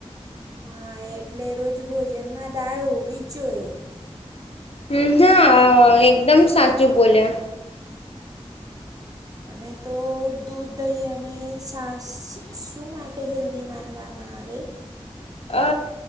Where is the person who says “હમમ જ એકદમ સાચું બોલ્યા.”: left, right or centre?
Left